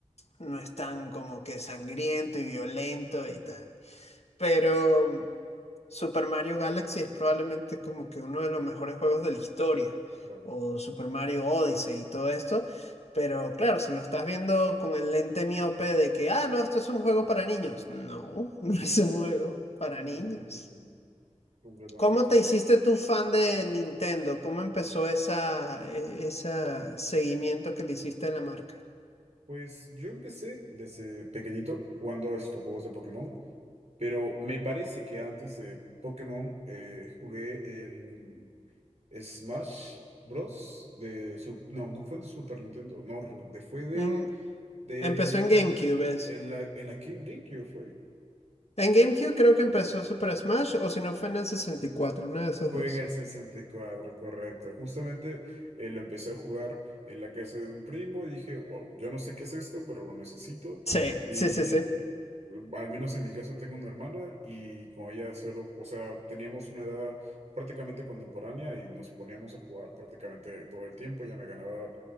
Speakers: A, on the left; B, on the right.
A: no es tan como que sangriento y violento y tan. Pero Super Mario Galaxy es probablemente como que uno de los mejores juegos de la historia.
B: Claro.
A: O Super Mario Odyssey y todo esto. Pero claro, se lo estás viendo con el lente miope de que, ah, no, esto es un juego para niños. No, <laughs> no es un juego para
B: Ujú,
A: niños.
B: Completamente.
A: ¿Cómo te hiciste tú fan de Nintendo? ¿Cómo empezó esa, e- esa seguimiento que le hiciste a la marca?
B: Pues yo empecé desde pequeñito jugando a estos juegos de Pokémon, pero me parece que antes de Pokémon eh, jugué el Smash Bros. de su, no, no fue de Super Nintendo, no, de, fue de,
A: En-
B: de
A: empezó en GameCube, es.
B: en la, en la Game- GameCube fue.
A: En GameCube creo que empezó Super Smash o si no fue en el sesenta y cuatro, uno de esos
B: Fue
A: dos.
B: en el sesenta y cuatro correcto. Justamente eh, lo empecé a jugar en la casa de un primo y dije, wow, yo no sé qué es esto, pero lo necesito.
A: Sí,
B: Y
A: sí, sí, sí.
B: eh, al menos en mi caso tengo una hermana y con ella solo, o sea, teníamos una edad prácticamente contemporánea y nos poníamos a jugar prácticamente todo el tiempo. Ella me ganaba